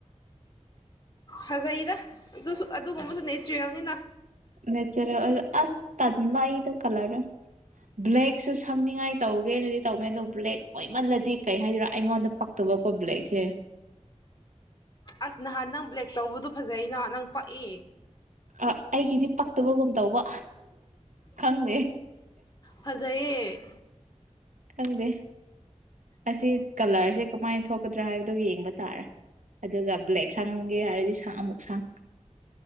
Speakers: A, on the left (about 35°); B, on the right (about 80°).
A: ꯐꯖꯩꯗ ꯑꯗꯨꯁꯨ ꯑꯗꯨꯒꯨꯝꯕꯁꯨ ꯅꯦꯆꯔꯦꯜꯅꯤꯅ
B: ꯅꯦꯆꯔꯦꯜ ꯑꯁ ꯇꯟꯕ ꯑꯩꯗꯣ ꯀꯂꯔꯗꯣ ꯕ꯭ꯂꯦꯛꯁꯨ ꯁꯝꯅꯤꯡꯉꯥꯏ ꯇꯧ ꯒꯦꯅꯗꯤ ꯇꯧꯅꯤ ꯑꯗꯣ ꯕ꯭ꯂꯦꯛ ꯑꯣꯏꯃꯜꯂꯗꯤ ꯀꯩ ꯍꯥꯏꯗꯣꯏꯔꯥ ꯑꯩꯉꯣꯟꯗ ꯄꯛꯇꯕꯀꯣ ꯕ꯭ꯂꯦꯛꯁꯦ
A: ꯑꯁ ꯅꯍꯥꯟ ꯅꯪ ꯕ꯭ꯂꯦꯛ ꯇꯧꯕꯗꯨꯣ ꯐꯖꯩꯩꯅ ꯅꯪ ꯄꯛꯏ
B: ꯑ ꯑꯩꯒꯤꯗꯤ ꯄꯛꯇꯕꯒꯨꯝ ꯇꯧꯕ ꯈꯪꯗꯦ
A: ꯐꯖꯩꯌꯦ
B: ꯈꯪꯗꯦ ꯑꯁꯤ ꯀꯂꯔꯁꯦ ꯀꯃꯥꯏꯅ ꯊꯣꯛꯀꯗ꯭ꯔꯥ ꯍꯥꯏꯕꯗꯣ ꯌꯦꯡꯕ ꯇꯥꯔꯦ ꯑꯗꯨꯒ ꯕ꯭ꯂꯦꯛ ꯁꯪꯒꯦ ꯍꯥꯏꯔꯗꯤ ꯁꯪ ꯑꯃꯨꯛ ꯁꯪ